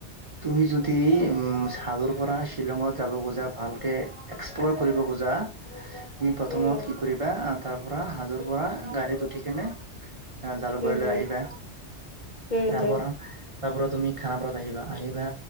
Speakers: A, on the right; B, on the left.
A: তুমি যদি উম। হাজোৰ পৰা শ্বিলঙত যাব খোজা, ভালকে এক্সপ্ল'ৰ কৰিব খোজা। তুমি প্ৰথমত
B: উম
A: কি কৰিবা আ, তাৰ পৰা হাজোৰ পৰা গাড়ীত উঠি কিনে আ, জালুকবাৰীলৈ
B: উম হুম
A: আহিবা
B: উম
A: তাৰপৰা
B: হুম
A: তাৰপৰা তুমি খানাপাৰাত আহিবা। আহিবা